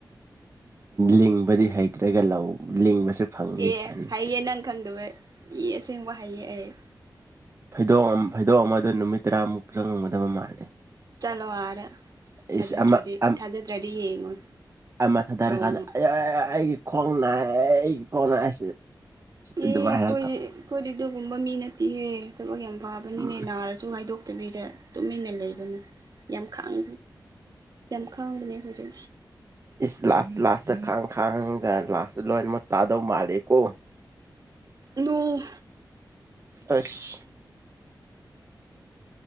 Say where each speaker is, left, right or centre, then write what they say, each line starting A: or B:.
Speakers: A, on the right; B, on the right.
A: ꯂꯤꯡꯕꯗꯤ ꯍꯩꯇ꯭ꯔꯒ ꯂꯧ ꯂꯤꯡꯕꯁꯨ ꯐꯪꯗꯦ
B: ꯑꯦ
A: ꯀꯥꯏꯅ
B: ꯍꯩꯌꯦ ꯅꯪ ꯈꯪꯗꯕ ꯏ ꯑꯁꯦꯡꯕ ꯍꯩꯌꯦ ꯑꯩ
A: ꯐꯩꯗꯣꯛ ꯐꯩꯗꯣꯛ ꯑꯃꯗ ꯅꯨꯃꯤꯠ ꯇꯔꯥꯃꯨꯛ ꯆꯪꯉꯝꯒꯗꯕ ꯃꯥꯜꯂꯦ
B: ꯆꯠꯂꯣ ꯑꯗꯥ ꯊꯥꯖ꯭ꯔꯗꯤ
A: ꯏꯁ ꯑꯃ ꯑꯝ
B: ꯊꯥꯖꯗ꯭ꯔꯗꯤ ꯌꯦꯡꯉꯣ
A: ꯑꯃ ꯊꯥꯗꯔꯀꯥꯟꯗ
B: ꯅꯣꯡꯃ
A: ꯑꯩꯌꯥ ꯑꯩꯒꯤ ꯈꯣꯡ ꯅꯥꯢꯌꯦ ꯈꯣꯡ ꯅꯥꯢꯌꯦ
B: ꯑꯦ
A: ꯑꯗꯨꯃꯥꯢꯅ
B: ꯑꯩꯈꯣꯏꯗꯤ ꯑꯩꯈꯣꯏꯗꯤ ꯑꯗꯨꯒꯨꯝꯕ ꯃꯤ ꯅꯠꯇꯦꯍꯦ ꯊꯕꯛ ꯌꯥꯝ ꯐꯕꯅꯤꯅꯦ
A: ꯎꯝ
B: ꯅꯥꯔꯁꯨ ꯍꯥꯏꯗꯣꯛꯇꯕꯤꯗ ꯇꯨꯃꯤꯟꯅ ꯂꯩꯕꯅꯤ ꯌꯥꯝ ꯈꯥꯡ ꯌꯥꯝ ꯈꯥꯡꯕꯅꯦ ꯑꯩꯈꯣꯏꯁꯦ
A: ꯏꯁ ꯂꯥꯁ ꯂꯥꯁꯇ ꯈꯥꯡ ꯈꯥꯡꯉꯒ ꯂꯥꯁꯇ ꯂꯣꯏꯅꯃꯛ ꯇꯥꯗꯧ ꯃꯥꯂꯦ ꯀꯣ
B: ꯅꯣꯡ
A: ꯑꯁ